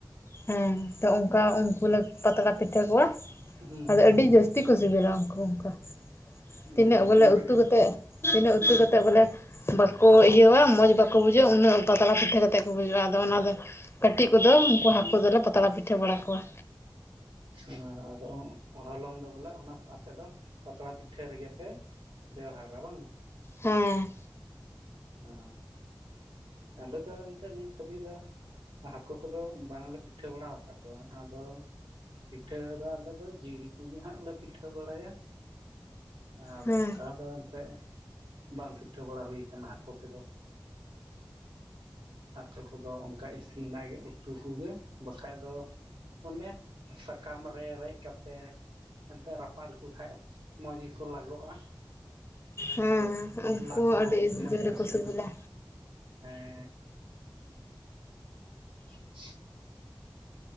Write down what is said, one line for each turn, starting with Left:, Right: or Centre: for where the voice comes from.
Left: ᱦᱮᱸ ᱛᱚ ᱚᱝᱠᱟ ᱩᱱᱠᱩ ᱞᱮᱠ ᱯᱟᱛᱲᱟ ᱯᱤᱴᱷᱟᱹ ᱠᱚᱣᱟ
Right: ᱦᱩᱸ
Left: ᱟᱫᱚ ᱟᱹᱰᱤ ᱡᱟᱹᱥ ᱛᱤ ᱠᱚ ᱥᱤᱵᱤᱞᱟ ᱩᱱᱠᱩ ᱚᱝᱠᱟ
Right: ᱦᱩᱸ
Left: ᱛᱤᱱᱟᱹᱜ ᱵᱚᱞᱮ
Right: ᱩᱱ ᱨᱮᱜᱮ
Left: ᱩᱛᱩ ᱠᱟᱛᱮ ᱛᱤᱱᱟᱹᱜ ᱩᱛᱩ ᱠᱟ ᱛᱮ ᱵᱚᱞᱮ ᱵᱟᱠᱚ ᱤᱭᱟᱹᱣᱟ ᱢᱚᱡ ᱵᱟᱠᱚ ᱵᱩᱡᱷᱟᱹᱜᱼᱟ, ᱩᱱᱟᱹᱜ ᱯᱟᱛᱲᱟ ᱯᱤᱴᱷᱟᱹ ᱠᱟᱛᱮᱜ ᱠᱚ ᱵᱩᱡᱩᱜᱼᱟ᱾ ᱟᱫᱚ ᱚᱱᱟ ᱫᱚ ᱠᱟᱹᱴᱤᱡ ᱠᱚᱫᱚ ᱩᱝᱠᱩ ᱦᱟᱹᱠᱩ ᱫᱚᱞᱮ ᱯᱟᱛᱲᱟ ᱯᱤᱴᱷᱟᱹ ᱵᱟᱲᱟ ᱠᱚᱣᱟ᱾
Right: ᱚ ᱟᱫᱚ ᱦᱚᱞᱚᱝ ᱫᱚ ᱵᱚᱞᱮ ᱚᱱᱟ ᱟᱯᱮ ᱫᱚ ᱯᱟᱛᱲᱟ ᱯᱤᱴᱷᱟᱹ ᱨᱮᱜᱮ ᱯᱮ ᱵᱮᱣᱦᱟᱨᱟ ᱵᱟᱝ?
Left: ᱦᱮᱸ᱾
Right: ᱚ ᱛᱟᱦᱞᱮ ᱛᱚ ᱮᱱᱛᱮᱜ ᱱᱤᱛ ᱦᱟᱹᱵᱤᱡ ᱫᱚ ᱦᱟᱹᱠᱩ ᱠᱚᱫᱚ ᱵᱟᱝᱞᱮ ᱯᱤᱴᱷᱟᱹ ᱵᱟᱲᱟ ᱠᱟᱜ ᱠᱚᱣᱟ, ᱟᱫᱚ ᱯᱤᱴᱷᱟᱹ ᱫᱚ ᱟᱞᱮ ᱫᱚ ᱡᱤᱞ ᱠᱚᱜᱮ ᱦᱟᱸᱜ ᱞᱮ ᱯᱤᱴᱷᱟᱹ ᱵᱟᱲᱟᱭᱟ᱾ ᱟᱨ
Left: ᱦᱮᱸ
Right: ᱚᱝᱠᱟ ᱫᱚ ᱮᱱᱛᱮᱫ ᱵᱟᱝ ᱯᱤᱴᱷᱟᱹ ᱵᱟᱲᱟ ᱦᱩᱭ ᱠᱟᱱᱟ ᱦᱟᱹᱠᱳ ᱠᱚᱫᱚ᱾ ᱦᱟᱹᱠᱳ ᱠᱚᱫᱚ ᱚᱝᱠᱟ ᱤᱥᱤᱱᱟ ᱜᱮ ᱩᱛᱩ ᱠᱚᱜᱮ ᱵᱟᱠᱷᱟᱡ ᱫᱚ ᱚᱱᱮ ᱥᱟᱠᱟᱢ ᱨᱮ ᱨᱮᱡ ᱠᱟᱛᱮ ᱮᱱᱛᱮ ᱨᱟᱯᱟᱜ ᱞᱮᱠᱚ ᱠᱷᱟᱱ ᱢᱚᱡ ᱜᱮᱠᱚ ᱞᱟᱜᱚᱜᱼᱟ,
Left: ᱦᱮᱸ
Right: ᱟᱫᱚ
Left: ᱩᱱᱠᱩ
Right: ᱞᱟᱜ ᱠᱚᱦᱚᱸ
Left: ᱟᱹᱰᱤ
Right: ᱢᱚᱡ
Left: ᱡᱳᱨ
Right: ᱜᱮᱠᱚ ᱥᱤᱵᱮᱞᱟ
Left: ᱥᱤᱵᱤᱞᱟ
Right: ᱦᱮᱸ᱾ <inaudible>